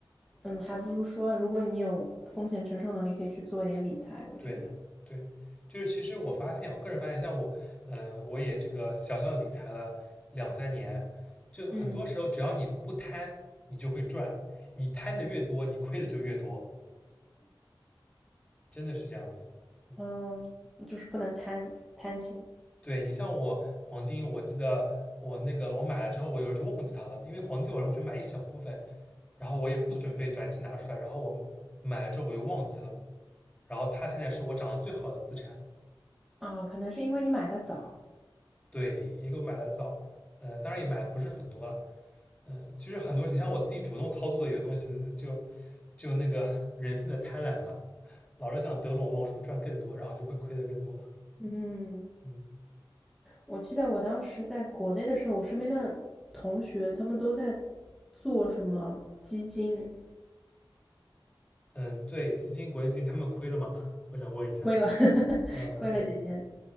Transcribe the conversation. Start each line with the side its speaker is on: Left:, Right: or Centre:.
Centre: 嗯，还不如说如果你有风险承受能力，可以去做一点理财，我觉得。
Left: 对对，就是其实我发现，我个人发现，像我，呃，我也这个小小理财了两三年，就很多时候只要你不贪，
Centre: 嗯，
Left: 你就会赚，你贪的越多，你亏的就越多，真的是这样子。嗯，
Centre: 嗯，就是不能贪贪心。
Left: 对你像我黄金，我记得我那个我买了之后，我有时候就忘记它了，因为黄金对我来说我就买一小部分，然后我也不准备短期拿出来，然后我买了之后我就忘记了，然后它现在是我涨得最好的资产，
Centre: 啊，可能是因为你买的早。
Left: 对，也给我买的早，呃，当然也买的不是很多了。其实很多，你像我自己主动操作的有些东西，就就那个 <laughs> 人性的贪婪啊，老是想得陇望蜀赚更多，然后就会亏的更多。
Centre: 嗯，
Left: 嗯
Centre: 我记得我当时在国内的时候，我身边的同学他们都在做什么基金，
Left: 嗯，对，基金国内基金他们亏了吗？我想问一下。
Centre: 亏了 <laughs>
Left: 嗯，
Centre: 亏了几千。
Left: 对